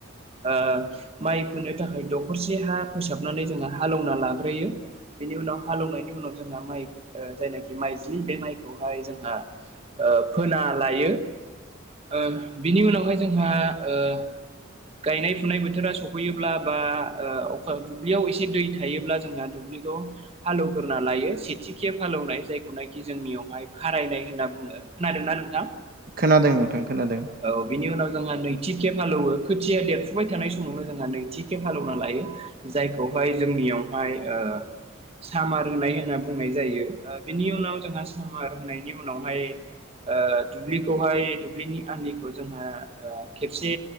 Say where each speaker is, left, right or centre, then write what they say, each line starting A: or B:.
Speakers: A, on the right (about 30°); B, on the right (about 45°).
A: ओ- माइ फोनो थाखाय दखरसे हा फोसाबनानै जोहा हालेवना लाग्रोयो। बेनि उनाव हालेवनायनि उनाव जोंहा माइ ओ- जायनाखि माइज बे माइखौहाय जोंहा ओ- फोना लायो ओ- बिनि उनावहाय जोंहा ओ गायनाय फुनाय बोथोरा सफैयोब्ला बा ओ- अखा दुब्लियाव एसे दै थायोब्ला जोंहा दुब्लि खौ हालौवग्रोना लायो सेथि खे हालौवनाय जायखौनाखि जोंनियावहाय खारायनाय होनना बुङोबो खोनादोंना नोंथां?
B: खोनादों नोंथां खोनादों।
A: औ बिनि उनाव जोंहा नैथि खेब हालौवो खोथिया देरफुबाय थानाय समावनो जोंहा नैथि खेब हालौवना लायो। जायखौहाय जोंनियावहाय ओ सामार होनाय होनना बुंनाय जायो ओ- बिनि उनाव जोंहा सामार होनायनि उनावहाय ओ- दुब्लिखौहाय दुब्लिनि आनि खौ जोंहा ओ- खेबसे